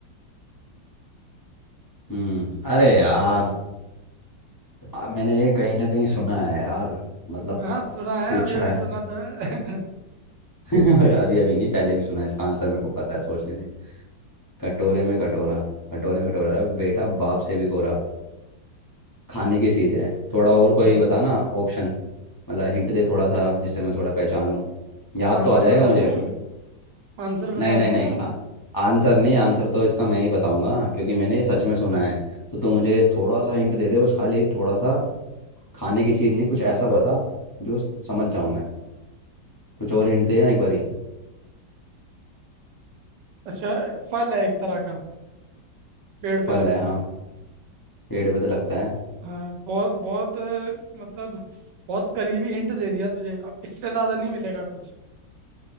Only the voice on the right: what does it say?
हाँ सुना है
अभी अभी
सुना तो है
<laughs> हाँ
आंसर
बता
दूं आंसर
बता
दूं
अच्छा फल है एक तरह का पेड़ पे
लगता
है
हाँ बहुत बहुत अ, मतलब बहुत करीबी हिंट दे दिया तुझे अब इससे ज्यादा नहीं मिलेगा कुछ